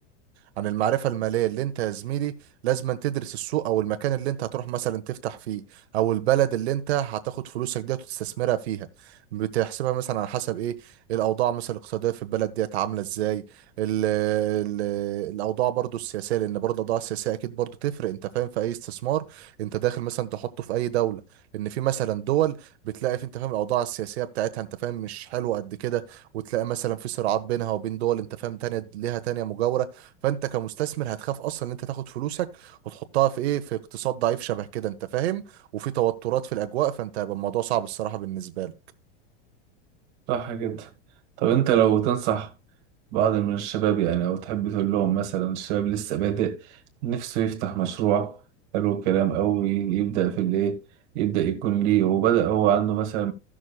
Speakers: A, on the right; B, on the right.
A: عن المعرفة المالية اللي انت يا زميلي لازم أن تدرس السوق او المكان اللي انت هتروح مثلا تفتح فيه او البلد اللي انت هتاخد فلوسك ديت وتستثمرها فيها بتحسبها مثلا على حسب ايه الاوضاع مثلا الاقتصادية في البلد ديت عاملة ازاي ال ال الاوضاع برضو السياسية لان برضو الاوضاع السياسية اكيد برضو تفرق انت فاهم في اي استثمار انت داخل مثلا تحطه في اي دولة ان في مثلا دول بتلاقي في انت فاهم الاوضاع السياسيه بتاعتها انت فاهم مش حلوه قد كده وتلاقي مثلا في صراعات بينها وبين دول انت فاهم تانية ليها تانية مجاوره فانت كمستثمر هتخاف اصلا ان انت تاخد فلوسك وتحطها في ايه في اقتصاد ضعيف شبه كده انت فاهم وفي توترات في الاجواء فانت هيبقى الموضوع صعب الصراحه بالنسبه لك
B: صح جدا طب انت لو تنصح بعض من الشباب يعني او تحب تقول لهم مثلا الشباب لسه بادئ نفسه يفتح مشروع حلو الكلام او ي- يبدأ في الايه يبدأ يكون ليه وبدأ هو عنده مثلا